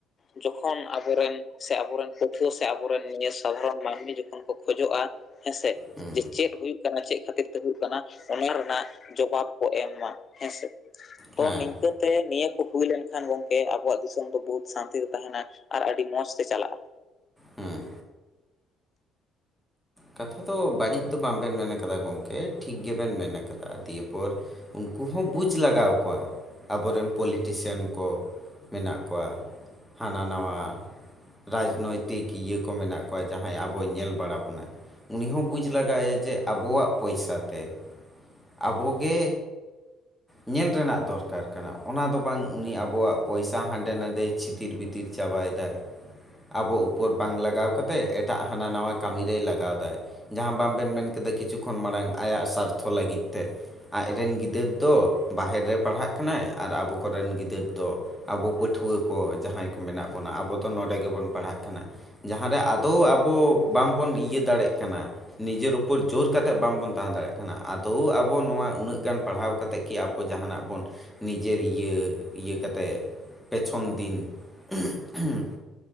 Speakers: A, on the left (about 25°); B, in the centre.
A: ᱡᱚᱠᱷᱚᱱ ᱟᱵᱚᱨᱮᱱ ᱥᱮ ᱟᱵᱚᱨᱮᱱ ᱯᱟᱹᱴᱷᱩᱣᱟᱹ ᱥᱮ ᱟᱵᱚᱨᱮᱱ ᱱᱤᱭᱟᱹ ᱥᱟᱫᱷᱟᱨᱚᱱ ᱢᱟᱹᱱᱢᱤ ᱡᱚᱠᱷᱚᱱ ᱠᱚ ᱠᱷᱚᱡᱚᱜᱼᱟ ᱦᱮᱸ ᱥᱮ?
B: ᱦᱩᱸ ᱦᱩᱸ
A: ᱡᱮ ᱪᱮᱫ ᱦᱩᱭᱩᱜ ᱠᱟᱱᱟ ᱪᱮᱫ ᱠᱷᱟᱹᱛᱤᱨ ᱛᱮ ᱦᱩᱭᱩᱜ ᱠᱟᱱᱟ ᱚᱱᱟ ᱨᱮᱱᱟᱜ ᱡᱚᱵᱟᱵ ᱠᱚ ᱮᱢ ᱢᱟ ᱦᱮᱸᱥᱮ᱾ ᱛᱚ
B: ᱦᱮᱸ
A: ᱱᱤᱝᱠᱟᱹ ᱛᱮ ᱱᱤᱭᱟᱹ ᱠᱚ ᱦᱩᱭ ᱞᱮᱱᱠᱷᱟᱱ ᱜᱚᱝᱠᱮ ᱟᱵᱚᱣᱟᱜ ᱫᱤᱥ ᱥᱚᱢ ᱫᱚ ᱵᱚᱦᱩᱛ ᱥᱟᱱᱛᱤ ᱛᱮ ᱛᱟᱦᱮᱱᱟ ᱟᱨ ᱟᱹᱰᱤ ᱢᱚᱸᱡᱽ ᱛᱮ ᱪᱟᱞᱟᱜᱼᱟ᱾
B: ᱦᱩᱸ ᱠᱟᱛᱷᱟ ᱫᱚ ᱵᱟᱹᱲᱤᱡ ᱫᱚ ᱵᱟᱝᱵᱮᱱ ᱢᱮᱱ ᱟᱠᱟᱫᱟ ᱜᱚᱝᱠᱮ ᱴᱷᱤᱠ ᱜᱮᱵᱮᱱ ᱢᱮᱱ ᱟᱠᱟᱫᱟ ᱫᱤᱭᱮᱯᱚᱨ ᱩᱱᱠᱩ ᱦᱚᱸ ᱵᱩᱡᱽ ᱞᱟᱣ ᱠᱚᱣᱟ ᱟᱵᱚᱨᱮᱱ ᱯᱚᱞᱤᱴᱤᱥᱤᱭᱟᱱ ᱠᱚ ᱢᱮᱱᱟᱜ ᱠᱚᱣᱟ ᱦᱟᱱᱟ ᱱᱟᱣᱟ ᱨᱟᱡᱽᱱᱳᱭᱛᱤᱠ ᱤᱭᱟᱹ ᱠᱚ ᱢᱮᱱᱟᱜ ᱠᱚᱣᱟ ᱡᱟᱦᱟᱸᱭ ᱟᱵᱚᱭ ᱧᱮᱞ ᱵᱟᱲᱟ ᱵᱚᱱᱟᱭ᱾ ᱩᱱᱤ ᱦᱚᱸ ᱵᱩᱡᱽ ᱞᱟᱜᱟᱣᱮᱭᱟ ᱡᱮ ᱟᱵᱚᱣᱟᱜ ᱯᱚᱭᱥᱟ ᱛᱮ ᱟᱵᱚ ᱜᱮ ᱧᱮᱞ ᱨᱮᱱᱟᱜ ᱫᱚᱨᱠᱟᱨ ᱠᱟᱱᱟ, ᱚᱱᱟ ᱫᱚ ᱵᱟᱝ ᱩᱱᱤ ᱟᱵᱚᱣᱟᱜ ᱯᱚᱭᱥᱟ ᱦᱟᱸᱰᱮ ᱱᱟᱰᱮ ᱪᱷᱤᱛᱤᱨ ᱵᱤ ᱛᱤᱨ ᱪᱟᱵᱟᱭᱮᱫᱟᱭ᱾ ᱟᱵᱚ ᱩᱯᱚᱨ ᱵᱟᱝ ᱞᱟᱜᱟᱣ ᱠᱟᱛᱮᱫ ᱮᱴᱟᱜ ᱦᱟᱱᱟ ᱱᱟᱣᱟ ᱠᱟᱹᱢᱤ ᱨᱮᱭ ᱞᱟ ᱜᱟᱣᱫᱟᱭ ᱡᱟᱦᱟᱸ ᱵᱟᱝᱵᱮᱱ ᱢᱮᱱ ᱠᱮᱫᱟ ᱠᱤᱪᱷᱩ ᱠᱷᱚᱱ ᱢᱟᱲᱟᱝ ᱟᱭᱟᱜ ᱥᱟᱨᱛᱷᱚ ᱞᱟᱹᱜᱤᱫ ᱛᱮ᱾ ᱟᱡ ᱨᱮᱱ ᱜᱤᱫᱟᱹᱨ ᱫᱚ ᱵᱟᱦᱮᱨ ᱨᱮ ᱯᱟᱲᱦᱟᱜ ᱠᱟᱱᱟᱭ ᱟᱨ ᱟᱵᱚ ᱠᱚᱨᱮᱱ ᱜᱤᱫᱟᱹᱨ ᱫᱚ ᱟᱵᱚ ᱯᱟᱹᱴᱷᱩᱣᱟᱹ ᱠᱚ ᱡᱟᱦᱟᱸᱭ ᱠᱚ ᱢᱮᱱᱟᱜ ᱵᱚᱱᱟ ᱟᱵᱚ ᱫᱚ ᱱᱚᱰᱮ ᱜᱮᱵᱚᱱ ᱯᱟᱲᱦᱟᱜ ᱠᱟᱱᱟ, ᱡᱟᱦᱟᱸᱨᱮ ᱟᱫᱚᱣ ᱟᱵᱚ ᱵᱟᱝᱵᱚᱱ ᱤᱭᱟᱹ ᱫᱟᱲᱮᱜ ᱠᱟᱱᱟ, ᱱᱤᱡᱮᱨ ᱩᱯᱚᱨ ᱡᱳᱨ ᱠᱟᱛᱮᱫ ᱵᱟᱝᱵᱚᱱ ᱛᱟᱦᱮᱸ ᱫᱟᱲᱮᱜ ᱠᱟᱱᱟ, ᱟᱫᱚᱣ ᱟᱵᱚ ᱱᱚᱣᱟ ᱩᱱᱟᱹᱜ ᱜᱟᱱ ᱯᱟᱲᱦᱟᱣ ᱠᱟᱛᱮᱫ ᱠᱤ ᱟᱵᱚ ᱠᱚ ᱡᱟᱦᱟᱱᱟᱜ ᱵᱚᱱ ᱱᱤᱡᱮᱨ ᱤᱭᱟᱹ ᱤᱭᱟᱹ ᱠᱟᱛᱮᱫ ᱯᱮᱪᱷᱚᱱ ᱫᱤᱱ <unintelligible>